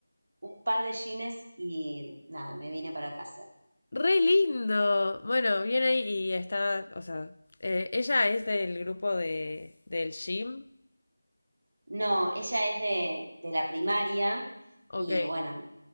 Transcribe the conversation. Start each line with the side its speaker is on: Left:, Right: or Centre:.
Right: un par de gines y nada, me vine para casa.
Left: ¡Re lindo! Bueno, viene ahí y está, o sea, eh, ella es del grupo de, del gym,
Right: No, ella es de, de la primaria
Left: ok.
Right: y bueno,